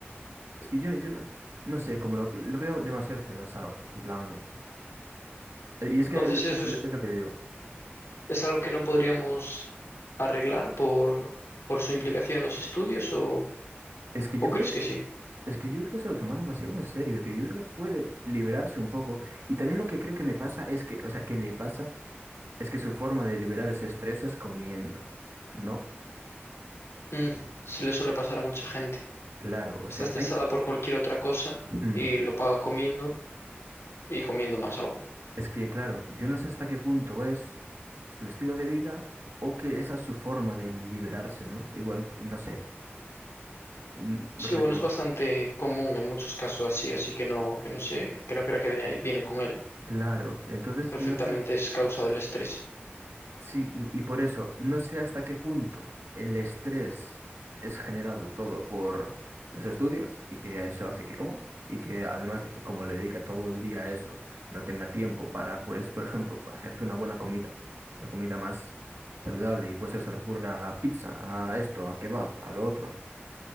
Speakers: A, on the right (about 85°); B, on the left (about 85°).
A: es que yo, yo no, no sé, como lo, lo veo demasiado estresado, en plan... Eh, Y es
B: Entonces
A: que el-
B: eso
A: es,
B: es,
A: es lo que te digo.
B: es algo que no podríamos arreglar por, por su implicación en los estudios o,
A: Es que
B: o
A: yo
B: crees
A: creo que,
B: que sí?
A: es que yo creo que se lo toman demasiado en serio, tío. Yo creo que puede liberarse un poco. Y también lo que creo que me pasa es que, o sea, que le pasa es que su forma de liberar ese estrés es comiendo, ¿no?
B: Mm, se le suele pasar a mucha gente.
A: Claro, o
B: Está
A: sea,
B: estresada
A: hay,
B: por cualquier otra cosa
A: Mm.
B: y lo paga comiendo y comiendo más aún.
A: es que, claro, yo no sé hasta qué punto es su estilo de vida o que esa es su forma de liberarse, ¿no? Igual, que- no sé, mm,
B: Sí,
A: rollo.
B: bueno, es bastante común en muchos casos así, así que no, que no sé, que no crea que ve- viene con él.
A: Claro, entonces
B: Perfectamente
A: no sé
B: es causa del estrés.
A: Sí, y, y por eso, no sé hasta qué punto el estrés es generado todo por los estudios y que eso hace que coma y que además de que como le dedica todo el día a eso, no tenga tiempo para, pues, por ejemplo, pues, hacerte una buena comida, una comida más saludable y pues eso, recurra a pizza, a esto, a kebab, a lo otro.